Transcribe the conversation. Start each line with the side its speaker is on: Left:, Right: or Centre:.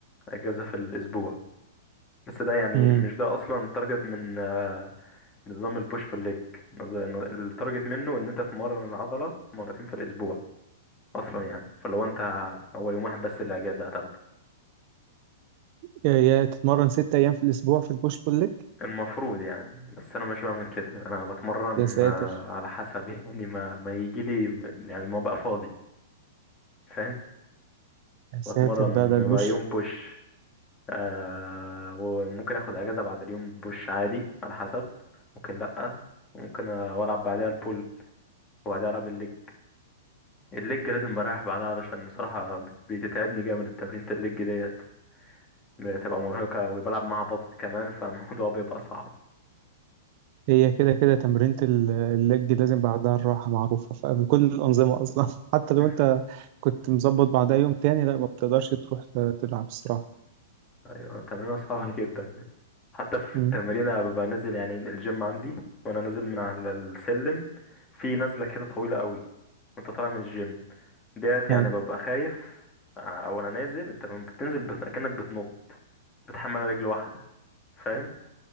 Left: اجازه في الاسبوع بس ده يعني
Right: مم.
Left: مش ده اصلا التارجت من آه، نظام البوش بول ليج نظ- التارجت منه ان انت تمرن العضله مرتين في الاسبوع اصلا يعني فلو انت هو يوم واحد بس اللي اجازه هتاخده
Right: يا يا تتمرن ست ايام في الاسبوع في البوش بول ليج
Left: المفروض يعني بس انا مش بعمل كده انا بتمرن
Right: يا ساتر
Left: آه، على حسب يعني ما ما يجي لي يعني ما بقى فاضي فاهم
Right: يا ساتر
Left: بتمرن
Right: ده ده البوش
Left: ما يوم بوش آه وممكن اخد اجازة بعد اليوم بوش عادي على حسب ممكن لأ ممكن العب بعدها البول وبعدها العب الليج الليج لازم بريح بعدها علشان بصراحة بتتعبني جامد التمرينة الليج ديت بتبقى مرهقة وبلعب معاها بطن كمان فالموضوع بيبقى صعب
Right: هي كده كده تمرينة ال- اللج لازم بعدها الراحة معروفة في كل الأنظمة أصلا <laughs> حتى لو
Left: <laughs>
Right: أنت كنت مظبط بعدها يوم تاني لا ما بتقدرش تروح ت- تلعب الصراحة
Left: ايوه تمرين صعب جدا حتى في
Right: أمم،
Left: التمرين أنا ببقى نازل يعني الجيم عندي وانا نازل من على السلم في نزله كده طويله قوي وانت طالع من الجيم ديت يعني
Right: أيوة
Left: ببقى خايف آه، او انا نازل انت لما بتنزل بت... كأنك بتنط بتحمل على رجل واحده فاهم